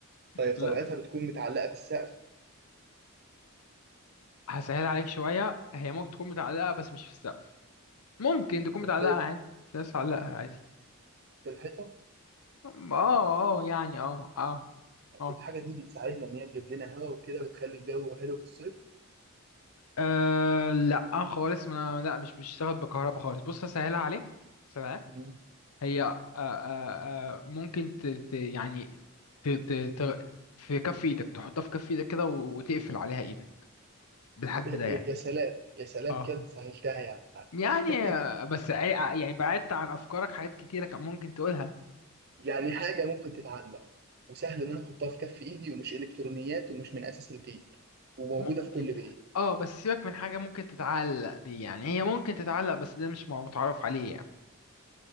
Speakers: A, on the right; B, on the left.
A: طيب
B: لا
A: طبيعتها بتكون متعلقة في السقف
B: هسهل عليك شوية هي ممكن تكون متعلقة بس مش في السقف ممكن تكون
A: في
B: متعلقة
A: الحيط
B: عادي في ناس تعلقها عادي
A: في الحيطة
B: اه اه يعني اه اه اه
A: الحاجه دي بتساعدنا ان هي تجيب لنا هواء وكده وتخلي الجو حلو في الصيف
B: آه، لا خالص ما انا لا مش بتشتغل بكهرباء خالص بص هسهلها عليك هسهلها عليك.
A: مم.
B: هي آه آه آه ممكن ت ت يعني ت ت ت في كف ايدك تحطها في كف ايدك كده و- وتقفل عليها ايدك بالحجم
A: ده-
B: ده يعني
A: يا سلام يا سلام
B: اه
A: كانت سهلتها يعني
B: يعني
A: <laughs>
B: آه، بس عي- يعني بعدت عن افكارك حاجات كتيره كان ممكن تقولها
A: يعني حاجه ممكن تتعلق وسهل ان انا احطها في كف ايدي ومش الكترونيات ومش من اساس البيت وموجوده
B: م...
A: في كل بيت
B: اه بس سيبك من حاجه ممكن تتعلق دي يعني هي ممكن تتعلق بس ده مش مع- متعرف عليه يعني